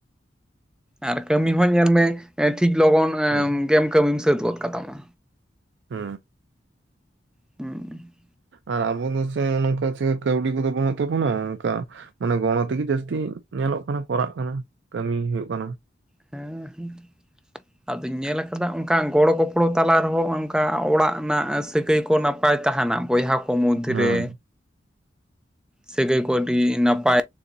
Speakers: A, in the centre; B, on the right.
A: ᱟᱨ ᱠᱟᱹᱢᱤ ᱦᱚᱸ ᱧᱮᱞ ᱢᱮᱮ ᱴᱷᱤᱠ ᱞᱚᱜᱚᱱ
B: ᱦᱮᱸ
A: ᱜᱮᱢ ᱠᱟᱹᱢᱤᱢ ᱥᱟᱹᱛ ᱜᱚᱫ ᱠᱟᱛᱟᱢᱟ᱾
B: ᱦᱩ
A: ᱦᱩᱸ
B: ᱟᱨ ᱟᱵᱚ ᱫᱚ ᱥᱮ ᱚᱱᱠᱟ ᱪᱠᱟ ᱠᱟᱹᱣᱰᱤ ᱠᱚᱫᱚ ᱵᱟᱹᱱᱩᱜ ᱛᱟᱵᱚᱱᱟ ᱚᱱᱠᱟ ᱢᱟᱱᱮ ᱜᱚᱲᱚ ᱛᱮᱜᱮ ᱡᱟᱹᱥᱛᱤ ᱧᱮᱞᱚᱜ ᱠᱟᱱᱟ ᱠᱚᱨᱟᱜ ᱠᱟᱱᱟ ᱠᱟᱹᱢᱤ ᱦᱩᱭᱩᱜ ᱠᱟᱱᱟ᱾
A: ᱦᱮᱸ <unintelligible> ᱟᱫᱚᱧ ᱧᱮᱞᱠᱟᱫᱟ ᱚᱱᱠᱟ ᱜᱚᱲᱚ ᱜᱚᱯᱚᱲᱚ ᱛᱟᱞᱟ ᱨᱮᱦᱚᱸ ᱚᱱᱠᱟ ᱚᱲᱟᱜ ᱨᱮᱱᱟᱜ ᱥᱟᱹᱜᱟᱹᱭ ᱠᱚ ᱱᱟᱯᱟᱭ ᱱᱟᱯᱟᱭ ᱛᱟᱦᱮᱱᱟ ᱵᱚᱭᱦᱟ ᱠᱚ ᱢᱚᱫᱽᱫᱷᱮ
B: ᱦᱮᱸ
A: ᱨᱮ ᱥᱟᱹᱜᱟᱹᱭ ᱠᱚ ᱟᱹᱰᱤ ᱱᱟᱯᱟᱭ